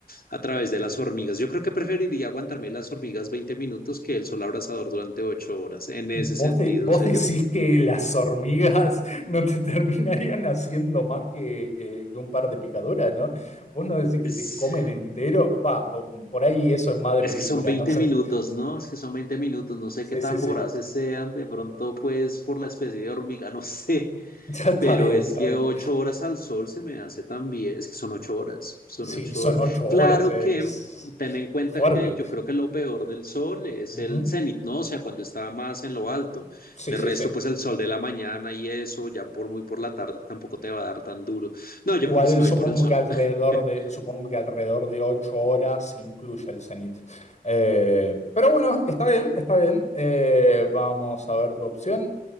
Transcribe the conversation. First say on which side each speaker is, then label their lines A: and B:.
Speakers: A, on the left; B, on the left.
A: a través de las hormigas. Yo creo que preferiría aguantarme las hormigas 20 minutos que el sol abrasador durante ocho horas, en ese
B: ¿Vos,
A: sentido,
B: de- vos
A: o sea,
B: decís
A: yo creo.
B: que las hormigas no te <laughs> terminarían haciendo más que, que- que un par de picaduras, ¿no? Vos no decís que
A: Es,
B: te comen entero. Va, po- por ahí eso es más de
A: es
B: película,
A: que son 20
B: no sé.
A: minutos, ¿no? Es que son 20 minutos, no sé
B: Sí,
A: qué tan
B: sí, sí.
A: voraces sean, de pronto pues por la especie de hormiga, <laughs> no sé,
B: <laughs> Ya está
A: pero
B: bien,
A: es
B: está
A: que
B: bien.
A: 8 horas al sol se me hace también, es que son 8 horas, son
B: Sí,
A: 8
B: son
A: horas.
B: ocho horas,
A: Claro
B: es,
A: que ten en cuenta
B: es fuerte.
A: que yo creo que lo peor del sol es
B: Ujú.
A: el cenit, ¿no? O sea, cuando está más en lo alto.
B: Sí,
A: De
B: sí,
A: resto,
B: sí.
A: pues el sol de la mañana y eso, ya por muy por la tarde tampoco te va a dar tan duro. No, yo
B: Igual
A: creo que sí me
B: supongo
A: voy por el sol.
B: que alrededor
A: <laughs>
B: de, supongo que alrededor de ocho horas incluye el cenit. Eh, pero bueno, está bien, está bien. Eh, vamos a ver tu opción.